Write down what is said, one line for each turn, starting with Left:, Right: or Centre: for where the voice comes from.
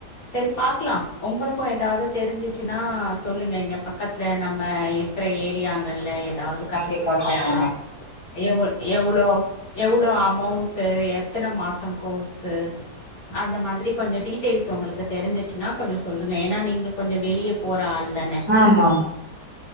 Left: செரி பாக்லா உங்ளுக்கு எதாவ்து தெரிஞ்சிச்சுன்னா சொல்லுங்க இங்க பக்கத்துல நம்ம இ க்ற ஏரியாங்கள்ல எதாவ்து கத்து
Right: கண்டிப்பா
Left: குடுக்றாங்ளா
Right: சொல்றேங்க.
Left: எவ் எவ்ளோ எவ்ளோ அமௌண்ட்டு எத்தன மாசோ கோர்ஸு அந்த மாதிரி கொஞ்சோ டீட்டெயில்ஸ் ஒங்களுக்கு தெரிஞ்சிச்சுன்னா கொஞ்சோ சொல்லுங்க ஏனா நீங்க கொஞ்சோ வெளிய போற ஆள் தானே
Right: ஆமா.